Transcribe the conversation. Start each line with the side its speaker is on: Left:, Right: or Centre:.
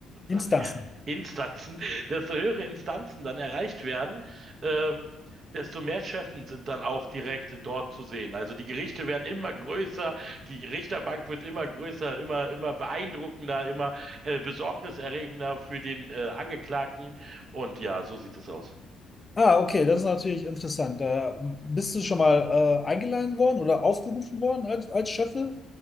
Left: Instanzen.
Right: äh, ja, Instanzen, <laughs> desto höhere Instanzen dann erreicht werden, ähm, desto mehr Schöffen sind dann auch direkt dort zu sehen. Also die Gerichte werden immer größer, die Richterbank wird immer größer, immer, immer beeindruckender, immer äh, besorgniserregender für den äh, Angeklagten. Und ja, so sieht es aus.
Left: Ah, okay, das ist natürlich interessant. Da bist du schon mal äh, eingeladen worden oder aufgerufen worden als, als Schöffel?